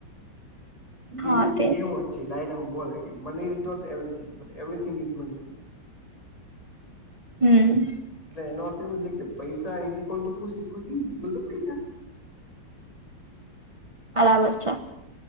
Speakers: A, on the right; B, on the left.
A: હા
B: એની
A: તે
B: કેહેવત જ છે, ડાયનામાં બોલે કે money is not everything but everything is money
A: hmm.
B: એના અથૅ એવો છે, કેે પૈસા ઈઝીકવલ ટુ ખુશી ખુશી ઈઝીકવલ ટુ પૈસા
A: બરાબર છે.